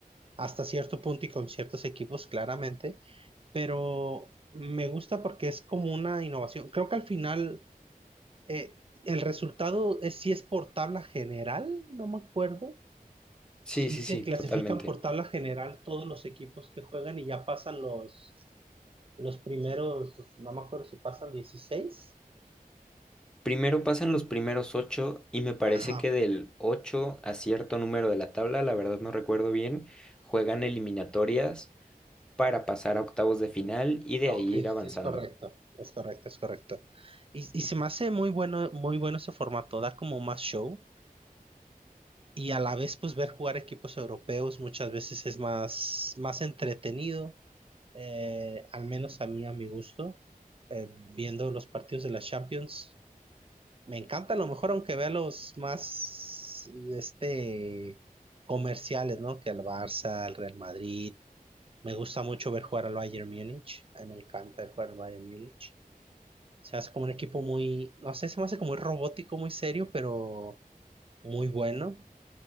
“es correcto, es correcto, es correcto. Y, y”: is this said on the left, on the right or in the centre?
Right